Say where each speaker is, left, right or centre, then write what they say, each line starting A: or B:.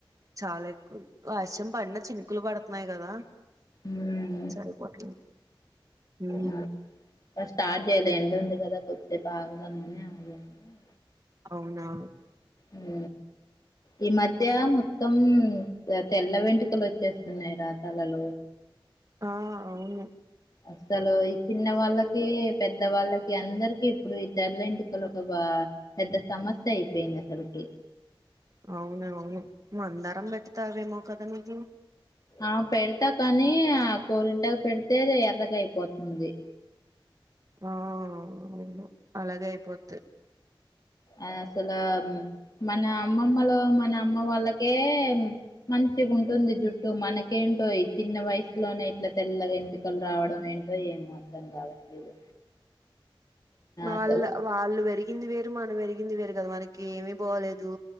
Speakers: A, on the right; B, on the left.
A: చాలా ఎక్కువ వర్షం పడిన చినుకులు పడుతున్నాయి కదా
B: ఉమ్
A: సరేపోవట్లే హు
B: ఆ, ఇంకా స్టార్ట్ చేయలే ఎండ ఉంది కదా కొద్దిసేపు ఆగుదామని ఆగాను
A: అవునా
B: ఊ ఈ మధ్య మొత్తం తెల్ల వెంటుకలు వచ్చేస్తున్నాయి రా తలలో
A: ఆ అవును
B: అసలు ఈ చిన్న వాళ్ళకు తే పెద్ద వాళ్ళకి అందరికి ఇప్పుడు ఈ తెల్ల వెంటికలు ఒక పెద్ద సమస్య అయిపోయింది అసలుకి
A: అవును అవును మందారం పెడతావేమో కదా నువ్వు
B: ఆ పెడతా కానీ ఆ గోరింటకు పెడితే ఆది ఎర్రగ అయిపోతుంది
A: ఆ అవును అలాగే అయిపొద్ది
B: అసలు మన అమ్మమ్మలు మన అమ్మ వాళ్ళకే మంచి చిగా ఉంటుంది జుట్టు మనకేంటో ఈ వయసులోనే ఇట్లా తెల్లగా వెంటికలు రావడం ఏంటో ఏమో అర్థం కావట్లేదు
A: వాళ్ళ
B: అసలు
A: వాళ్ళు పెరిగింది వేరు మనం పెరిగింది వేరు కదా మనకి ఏమి బాలేదు